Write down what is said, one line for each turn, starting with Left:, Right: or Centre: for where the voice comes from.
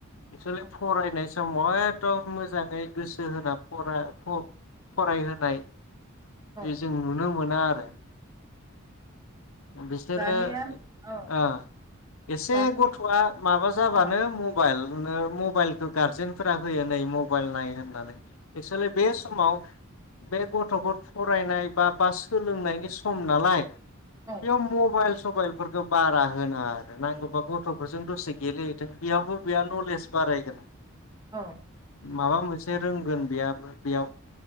Right: औ
Left: एक्सुलि फरायनाय समाव एदम मोजाङै गोसो होना फरा फरायहोनाय
Right: औ
Left: जों नुनो मोनो आरो बिसोरो
Right: दानिया औ
Left: ओ एसे
Right: दानि
Left: गथआ माबा जाबानो
Right: औ
Left: मब मबाइलानो मबाइलखौ गारजेनफोरा होयो नै मबाइल नाय होननानै एक्सुलि बे समाव बे गथफोर फरायनाय बा बा सोलोंनायनि सम नालाय
Right: औ
Left: बेयाव मबाइल सबाइलफोरखौ बारा होनाङा आरो नांगौबा गथफोरजों दसे गेलेहैथों बेयावबो बेयाव नलेज बारायगोन
Right: औ
Left: माबा मोनसे रोंगोन बेयाबो बेयाव